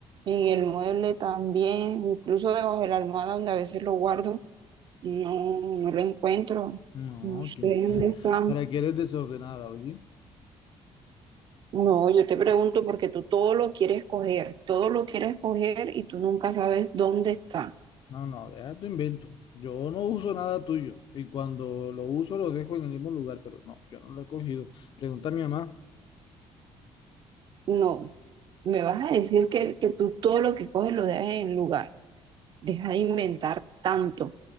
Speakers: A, on the right; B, on the left.
A: en el mueble también, incluso debajo de la almohada donde a veces lo guardo. No, no lo encuentro.
B: No,
A: No sé
B: ¿quién-
A: dónde
B: <laughs>
A: está.
B: ¿para qué eres desordenada, oye?
A: No, yo te pregunto porque tú todo lo quieres coger, todo lo quieres coger y tú nunca sabes dónde está.
B: No, no, deja tu invento. Yo no uso nada tuyo y cuando lo uso lo dejo en el mismo lugar, pero no, yo no lo he cogido. Pregunta a mi mamá,
A: No, me vas a decir que, que tú todo lo que coges lo dejas en el lugar. Deja de inventar tanto.